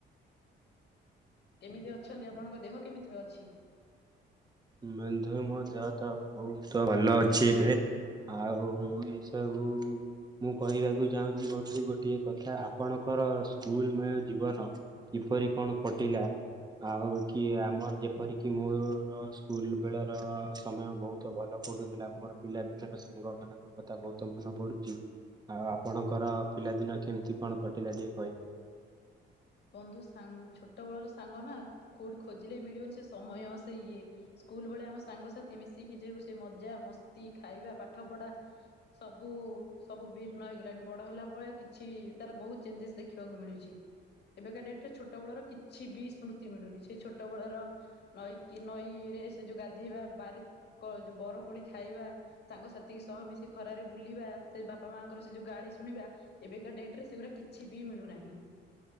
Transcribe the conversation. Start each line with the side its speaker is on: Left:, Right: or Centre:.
Left: କେମିତି ଅଛନ୍ତି ଆପଣଙ୍କ ଦେହ କେମିତି ବା ଅଛି?
Right: ବନ୍ଧୁ ମୋ ଦେହ ତ ବହୁତ ଭଲ ଅଛି ଏବେ। ଆଉ ଏଇ ସବୁ ମୁଁ କହିବାକୁ ଚାହୁଁଛି ବନ୍ଧୁ ଗୋଟିଏ କଥା ଆପଣଙ୍କର ସ୍କୁଲମୟ ଜୀବନ। କିପରି କଣ କଟିଲା ଆଉ କି ଆମର ଯେପର କିି ମୋର ସ୍କୁଲ ବେଳର ସମୟ ବହୁତ ଭଲ ପଢ଼ୁଥିଲା ମୋର ପିଲା ଦିନର ସାଙ୍ଗ ମାନଙ୍କୁ କଥା ବହୁତ ମନେ ପଡୁଛି ଆଉ ଆପଣଙ୍କର ପିଲାଦିନ କେମିତି କଣ କଟିଲା ଟିକେ କହିବେ?
Left: ବନ୍ଧୁ ସାଂ ଛୋଟ ବେଳର ସାଙ୍ଗ ନା କୋଉଠି ଖୋଜିଲେ ମିଳିବନି ସେ ସମୟ ସେ ଇଏ। ସ୍କୁଲ ବେଳେ ଆମ ସାଙ୍ଗସାଥି ମିଶିକି ଯୋଉ ସେ ମଜା ମସ୍ତି ଖାଇବା ପାଠ ପଢା। ସବୁ ସବୁ ଭିନ୍ନ ହେଇଗଲାଣି ବଡ ହେଲା ଭଳେ ଆଉ କିଛି ତାର ବହୁତ ଚେଞ୍ଜେସ ଦେଖିବାକୁ ମିଳୁଛି। ଏବେକା ଡେଟରେ ଛଟବେଳର କିଛି ବି ସ୍ମୃତି ମିଳୁନି ସେ ଛୋଟବେଳର ନଈକି ନଈରେ ସେ ଯୋଉ ଗାଧେଇବା ବାରି ଯୋଉ ବର କୋଳି ଖାଇବା। ସାଙ୍ଗସାଥି ସହ ମିଶି ଖରାରେ ବୁଲିବା ସେ ବାପା ମାଙ୍କର ସେ ଯୋଉ ଗାଳି ଶୁଣିବା। ଏବେକା ଡେଟ ରେ ସେଗୁଡ଼ା କିଛି ବି ମିଳୁନାହିଁ।